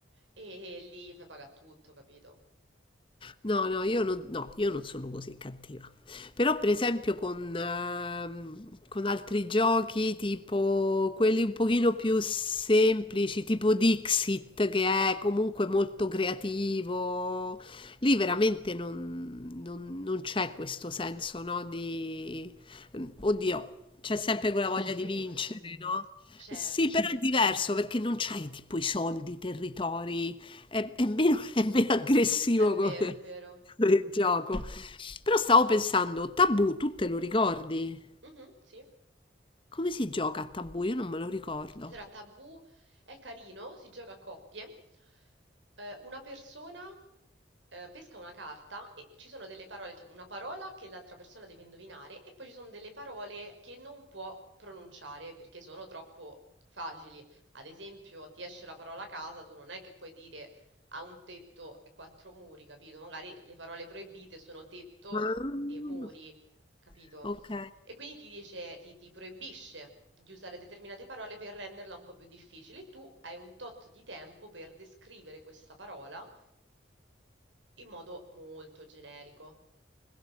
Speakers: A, on the right; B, on the left.
A: e lì fai pagare tutto, capito?
B: No, no, io non, no, io non sono così cattiva. Però, per esempio, con, ehm, con altri giochi, tipo quelli un pochino più semplici, tipo Dixit, che è comunque molto creativo, lì veramente non, non- non c'è questo senso, no? Di... Oddio, c'è
A: Di
B: sempre
A: competizione.
B: quella voglia di vincere, no?
A: Certo,
B: Sì, però
A: sì.
B: è diverso perché non c'hai tipo i soldi, i territori, è, è meno, <laughs> è meno aggressivo
A: È vero,
B: come,
A: è vero.
B: <laughs> del gioco.
A: Mhm.
B: Però stavo pensando, Tabù, tu te lo ricordi?
A: Mhm, sì.
B: Come si gioca a Tabù? Io non me lo ricordo.
A: Allora, Tabù è carino, si gioca a coppie. Eh, una persona eh, pesca una carta e ci sono delle parole, cioè una parola che l'altra persona deve indovinare e poi ci sono delle parole che non può pronunciare perché sono troppo facili. Ad esempio, ti esce la parola casa, tu non è che puoi dire ha un tetto e quattro muri, capito? Magari le parole proibite sono tetto
B: Ah,
A: e muri, capito?
B: ok.
A: E quindi ti dice, ti, ti proibisce di usare determinate parole per renderla un po' più difficile. Tu hai un tot di tempo per descrivere questa parola in modo molto generico.